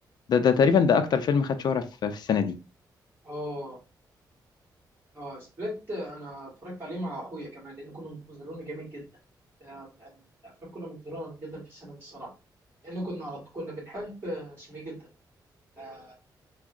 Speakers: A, on the left; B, on the right.
A: ده ده تقريبا ده اكتر فيلم خد شهره في في السنه دي
B: اه اه سبليت آه، انا اتفرجت عليه مع اخويا كمان لان كنا منتظرونه جامد جدا ده من من الافلام كنا منتظرونه جدا في السنه دي الصراحه لان كنا كنا بنحب آه، اسمه ايه جدا آه،